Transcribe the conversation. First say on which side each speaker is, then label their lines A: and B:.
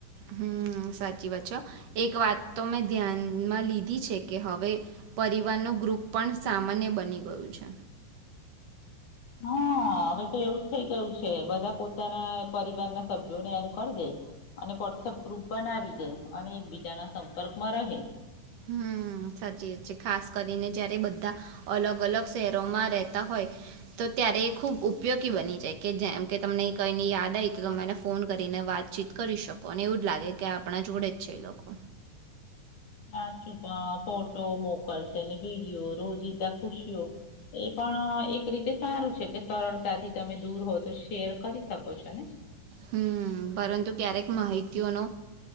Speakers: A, on the right; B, on the left.
A: હમ સાચી વાત છે એક વાત તો મેં ધ્યાનમાં લીધી છે કે હવે પરિવાર ન ગ્રુપ પણ સામાન્ય બની ગયું છે.
B: હા હવે તો એવું જ થઇ ગયું છે બધા પોતાના પરિવારના સભ્યોને એડ કરી દે અને વોટ્સઅપ ગ્રુપ બનાવી દે અને એકબીજાના સંપર્કમાં રહે.
A: હમ સાચી વાત છે ખાસ કરીને જયારે બધા અલગ અલગ શહેરોમાં રહેતા હોય તો ત્યારે એ ખુબ ઉપયોગી બની જાય કે જેમ કે તમને કઈની યાદ આવી તો તમે એને ફોન કરીને વાતચીત કરી શકો અને એવું જ લાગે કે આપણા જોડે જ છે એ લોકો.
B: સાચુંપા ફોટો મોકલશે ને વિડીયો રોજીદા ખુશઓ. એ પણ એક રીતે સારું છે કે સરળતાથી તમે દૂર હો તો શેર કરી શકો છો ને.
A: હમ પરંતુ ક્યારેક માહિતીઓનો